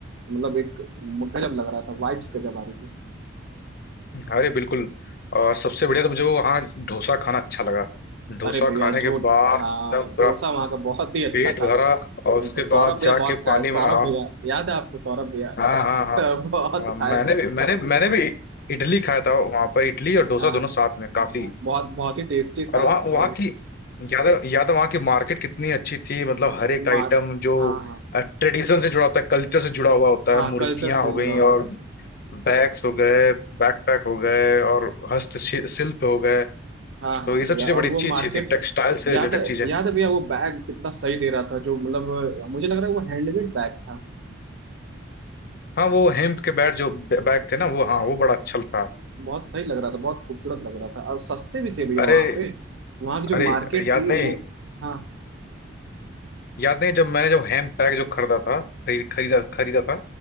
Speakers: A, on the right; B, on the left.
A: मतलब एक गजब लग रहा था वाइब्स गजब आ रही
B: अरे बिल्कुल और सबसे बढ़िया तो मुझे वो हाँ डोसा खाना अच्छा लगा डोसा
A: अरे भैया
B: खाने
A: जो
B: के बाद
A: हाँ
B: एकदम पूरा
A: डोसा वहाँ का बहुत ही अच्छा
B: पेट
A: था
B: भरा और उसके
A: सौरभ
B: बाद
A: भैया
B: जाके
A: बहुत खाए
B: पानी
A: सौरभ
B: में हाँ
A: भैया याद है आपको सौरभ भैया
B: हाँ हाँ हाँ
A: <laughs> बहुत
B: हाँ, मैंने
A: खाए
B: भी मैंने
A: अस-
B: मैंने भी इडली खाया था वहां पर इडली और डोसा
A: हाँ
B: दोनों साथ में काफी
A: हाँ बहुत बहुत ही टेस्टी था
B: और वहाँ वहाँ
A: और
B: की याद है- याद है वहाँ की मार्केट कितनी अच्छी थी मतलब हर एक
A: मा
B: आइटम जो
A: हाँ हाँ
B: ट्रेडिशन से जुड़ा होता है कल्चर से जुड़ा हुआ होता
A: हाँ
B: है मूर्तियां
A: कल्चर से
B: हो
A: जुड़ा
B: गई
A: हुआ
B: और
A: था
B: बैग्स हो गए बैकपैक हो गए और हस्तशिल्प हो गए
A: हाँ
B: तो
A: हाँ
B: ये सब
A: भैया
B: चीजें
A: और
B: बड़ी
A: वो
B: अच्छी
A: मार्केट
B: अच्छी थी टेक्सटाइल से
A: याद
B: रिलेटेड
A: है
B: चीजें
A: याद है भैया वो बैग कितना सही दे रहा था जो मतलब मुझे लग रहा है वो हैंडमेड बैग था
B: हाँ वो हेम्प के बैग जो बैग थे ना वो हाँ वो बड़ा अच्छा था
A: बहुत सही लग रहा था बहुत खूबसूरत लग रहा था और सस्ते भी थे भैया
B: अरे
A: वहाँ पे वहाँ की जो
B: अरे
A: मार्केट
B: याद
A: थी
B: नहीं
A: वो हाँ,
B: याद नहीं जब मैंने जब हेम्प बैग जो खरीदा था खरीद खरीदा खरीदा था